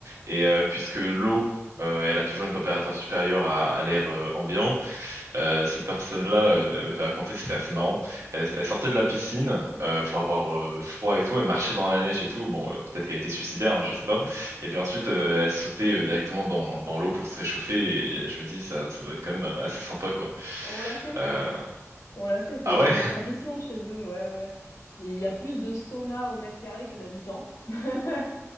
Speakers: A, on the right; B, on the left.
A: Et euh, puisque l'eau, euh, elle a toujours une température supérieure à, à l'air euh, ambiant, euh, cette personne-là, euh, elle m'avait raconté, c'était assez marrant. Elle, elle sortait de la piscine euh, pour avoir euh, froid et tout. Elle marchait dans la neige et tout. Bon, euh, peut-être qu'elle était suicidaire, hein, je sais pas. Et puis ensuite, euh, elle sautait euh, directement dans, dans l'eau pour se réchauffer. Et je me dis, ça, ça doit être quand même euh, assez sympa, quoi.
B: On l'a fait, ça.
A: Euh,
B: On l'a fait, c'est
A: Ah ouais?
B: c'est une tradition chez eux, ouais, ouais. Il y a plus de saunas au mètre carré que d'habitants, <laughs>